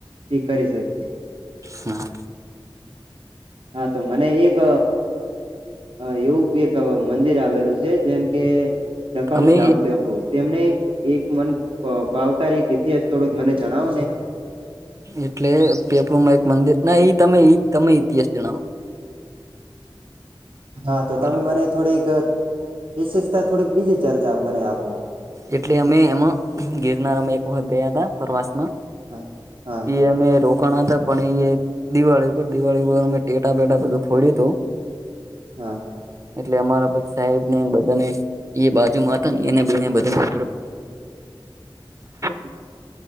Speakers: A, on the right; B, on the right.
A: સ્વીકારી શકીએ
B: હા
A: હા તો મને એક હ એવું એક મંદિર આવેલું છે, જેમ કે નખંગ
B: અમે
A: ધામ પેપડું તેમને એક મન ભાવકાર એક ઇતિહાસ થોડોક મને જણાવો ને?
B: એટલે પેપરમાં એક એક મંદિર ના એઈ તમે તમે ઇતિહાસ જણાવો?
A: હા તો
B: બોલો
A: તમે મને થોડીક વિશેષતા થોડીક બીજી ચર્ચા આપ મને આપ
B: એટલે અમે એમાં ગિરનાર અમે એક વખત ગયા હતા પ્રવાસમાં
A: હા હા
B: ઈ એમ એ રો કવાના હતા પણ એ દિવાળી ઉપ દિવાળી ઉપ અમે ટેટા પેટા બધું ફોડ્યું હતું
A: હા.
B: એટલે અમારા પછી સાહેબ ને બધા ને એ બાજુમા હતાને એને બેને બધાને <unintelligible>